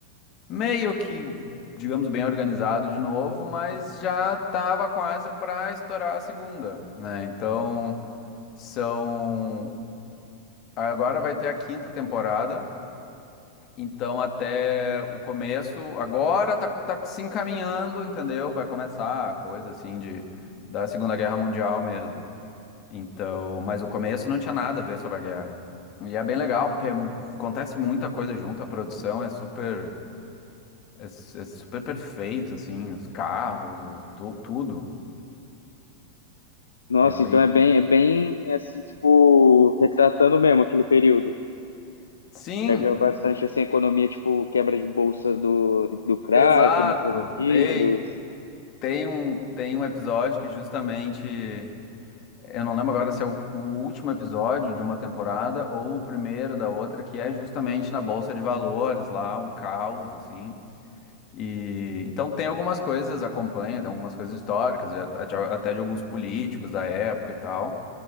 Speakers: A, on the left; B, on the left.
A: meio que, digamos, bem organizado de novo, mas já estava quase para estourar a segunda, né? Então, são. Agora vai ter a quinta temporada. Então, até o começo, agora tá, tá se encaminhando, entendeu? Vai começar a coisa assim de da Segunda Guerra Mundial mesmo. Então, mas o começo não tinha nada a ver sobre a guerra. E é bem legal, porque acontece muita coisa junto, a produção é super é, su- é super perfeito assim, os carros, os- tu- tudo.
B: Nossa,
A: É bem
B: então é bem, é bem assim, tipo, retratando mesmo aquele período.
A: Sim,
B: Pega bastante assim, a economia, tipo, quebra de bolsa do, do crack
A: exato.
B: nos Estados Unidos.
A: Tem tem um tem um episódio que justamente Eu não lembro agora se é o, o último episódio de uma temporada ou o primeiro da outra, que é justamente na Bolsa de Valores, lá, um caos, assim. E então tem algumas coisas, acompanha, tem algumas coisas históricas, já- até até de alguns políticos da época e tal,